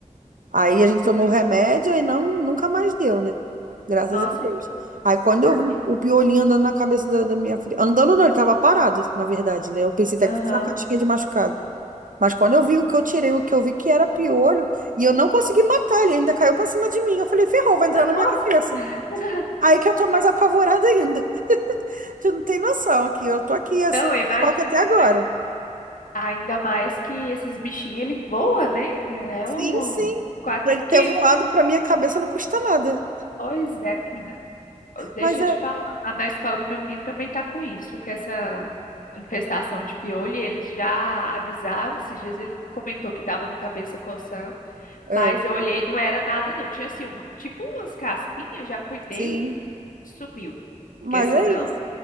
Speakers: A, on the right; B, on the left.
A: Aí a gente tomou
B: porque-
A: remédio e não, nunca mais deu, né? Graças
B: Nossa,
A: a Deus.
B: que bom.
A: Aí quando
B: por
A: eu
B: quê?
A: vi o piolinho andando na cabeça da, da minha filha. Andando não, ele tava parado, na verdade, né? Eu pensei até
B: Aham.
A: que fosse uma caixinha de machucado. Mas quando eu vi o que eu tirei, o que eu vi que era piolho, e eu não consegui matar, ele ainda caiu pra cima de mim. Eu falei, ferrou, vai entrar
B: Ah,
A: na
B: nossa!
A: minha cabeça.
B: <laughs>
A: Aí que eu tô mais apavorada ainda. Tu não tem noção aqui. Eu tô aqui assim,
B: Não,
A: em
B: imagina.
A: choque até agora.
B: A- Ainda mais que esses bichinhos, ele voa, né? É
A: Sim,
B: um...
A: sim.
B: um- Quase
A: Pra ele ter
B: que...
A: voado pra minha cabeça não custa nada.
B: Pois é, menina. Deixa
A: Mas é,
B: eu te falar, lá na escola do meu menino também tá com isso, com essa infestação de piolho, e eles já avisaram, esses dias ele comentou que tava com a cabeça coçando,
A: é,
B: mas eu olhei, não era nada não, tinha assim, um, tipo umas caspinhas, já cuidei,
A: sim.
B: sumiu,
A: Mas
B: porque senão...
A: é isso.